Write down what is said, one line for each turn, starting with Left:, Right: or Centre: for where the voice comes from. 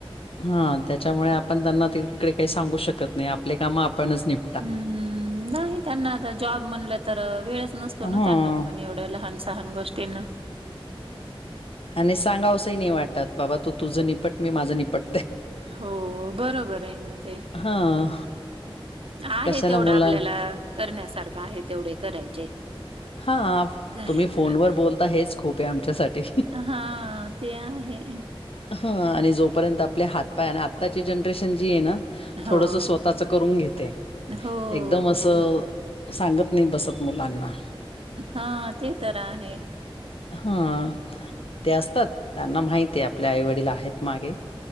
Left: हा. त्याच्यामुळे आपण त्यांना, तिकडे काही सांगू शकत नाही. आपले काम, आपणच निप
Right: हम्म्, हम्म्. नाही. त्यांना आता, जॉब म्हणलं तर. वेळच नसतो
Left: हं.
Right: ना त्यांना. पण एवढ्या लहान सहान गोष् तिनं.
Left: आणि सांगावसंही नाही वाटत. बाबा तू तुझं निपट. मी माझं निपट
Right: हो. बरोबरय न ते.
Left: हां.
Right: आहे
Left: कशाला
Right: तेवढ,
Left: मुलां
Right: आपल्याला. करण्यासारखं आहे, तेवढे करायचे.
Left: हा.
Right: काय
Left: तुम्ही,
Right: तर
Left: फोनवर
Right: आता
Left: बोलता. हेच, खूपय आमच्यासाठी.
Right: हा. ते, आहे.
Left: ह. आणि जोपर्यंत आपले हातपाय अण, आत्ताची जनरेशन जी ये न. थोडस,
Right: हो.
Left: स्वतःच करून घेते.
Right: हो,
Left: एकदम असं
Right: हो.
Left: सांगत नाइ, बसत मुलांना.
Right: हा. ते तर, आहे.
Left: हा. ते असतात. त्यांना माहितय आपलें आई-वडील आहेत मागे.